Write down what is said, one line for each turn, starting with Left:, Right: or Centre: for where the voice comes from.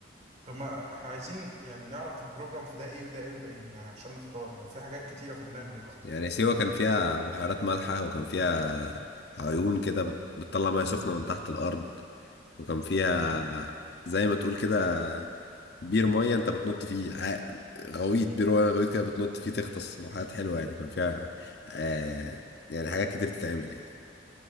Right: طب ما احنا عايزين يعني نعرف في البروجرام في ده ايه وده ايه وده ايه يعني عشان نختار هو في حاجات كتيره في دماغي دلوقتي
Left: يعني سيوة كان فيها بحيرات مالحة وكان فيها عيون كده بت- بتطلع مياه سخنة من تحت الأرض وكان فيها
Right: مم.
Left: زي ما تقول كده بير مية أنت بتنط فيه ع- غويط بير مية غويط كده بتنط فيه تغطس وحاجات حلوة يعني كان فيها آه يعني حاجات كتير تتعمل يعني